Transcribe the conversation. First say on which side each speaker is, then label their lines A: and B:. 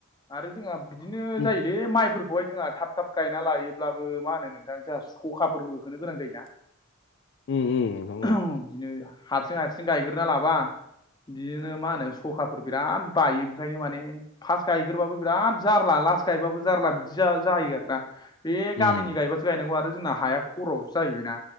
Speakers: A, on the left (about 20°); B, on the left (about 60°).
A: आरो जोंहा बिदिनो
B: उम
A: जायोलै माइफोरखौहाय जोंहा थाब थाब गायना लायोब्लाबो मा होनो नोंथां जोंहा सखाफोरबो होनो गोनां जायोना
B: उम उम नोंथां
A: <unintelligible>
B: औ
A: बिदिनो हारसिं हारसिं गायग्रोना लाबा बिदिनो मा होनो सखाफोर बिराद बायो बेओंखायनो माने फार्स्ट गायग्रोबाबो बिराद जारला लास्ट गायबाबो जारला बिदि जायो आरोना बे गामिनि
B: उम
A: गायबासो गायनांगौ आरो जोंना हाया खर'आवसो जाहैबायना